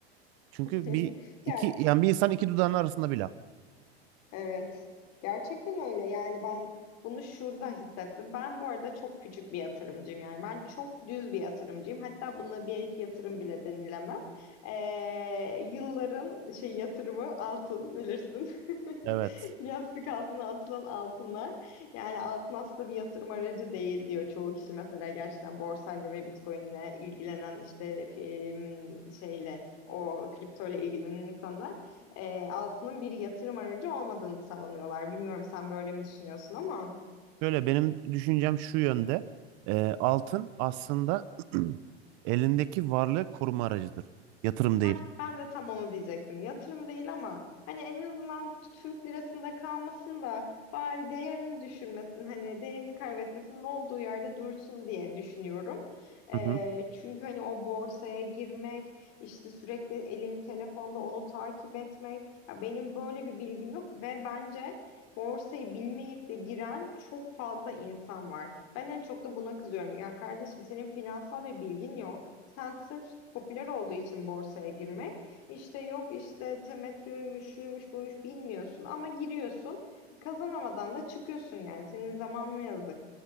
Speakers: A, on the right; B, on the left.
A: Çünkü
B: <laughs>
A: bir
B: Ya
A: iki yani bir insan iki dudağının arasında bir laf.
B: Evet. Gerçekten öyle. Yani ben bunu şurada hissettim. Ben bu arada çok küçük bir yatırımcıyım. Yani ben çok düz bir yatırımcıyım. Hatta buna bir iki yatırım bile denilemez. Ee, yılların şey yatırımı altın bilirsin.
A: Evet.
B: <laughs> Yastık altına atılan altınlar. Yani altın aslında bir yatırım aracı değil diyor çoğu kişi. Mesela gerçekten borsayla ve Bitcoin'le ilgilenen işte em, şeyle o kripto ile ilgilenen insanlar e, altının bir yatırım aracı olmadığını savunuyorlar. Bilmiyorum sen böyle mi düşünüyorsun ama.
A: Şöyle benim düşüncem şu yönde. E, altın aslında <clears throat> elindeki varlığı koruma aracıdır. Yatırım değil.
B: Heh, ben de tam onu diyecektim. Yatırım değil ama hani en azından Türk lirasında kalmasın da bari değerini düşürmesin, hani değerini kaybetmesin, olduğu yerde dursun diye düşünüyorum. Ee,
A: Hı hı.
B: çünkü hani o borsaya girmek, işte sürekli elim telefonda onu takip etmek, ya benim böyle bir bilgim yok ve bence borsayı bilmeyip de giren çok fazla insan var. Ben en çok da buna kızıyorum. Ya kardeşim senin finansal bir bilgin yok. Sen sırf popüler olduğu için borsaya girmek, işte yok işte temettüymüş, şuymuş, buymuş bilmiyorsun ama giriyorsun. Kazanamadan da çıkıyorsun yani. Senin zamanına yazık.